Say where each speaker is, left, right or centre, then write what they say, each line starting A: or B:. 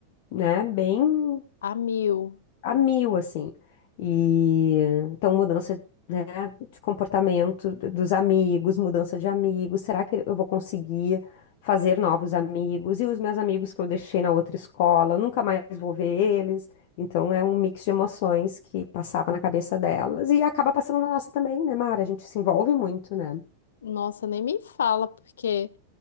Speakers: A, on the left; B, on the left.
A: né, bem.
B: a mil.
A: a mil, assim. E então, mudança, né, de comportamento dos amigos, mudança de amigos. Será que eu vou conseguir fazer novos amigos? E os meus amigos que eu deixei na outra escola, nunca mais vou ver eles. Então, é um mix de emoções que passava na cabeça delas e acaba passando na nossa também, né, Mara? A gente se envolve muito, né?
B: Nossa, nem me fala, porque